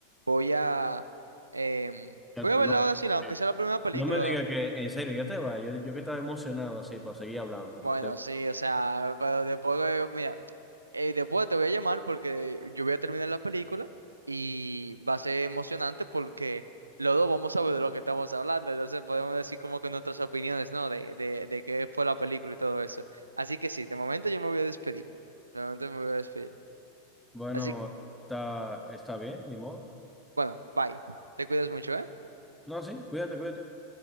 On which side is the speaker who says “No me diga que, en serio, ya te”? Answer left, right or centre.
Centre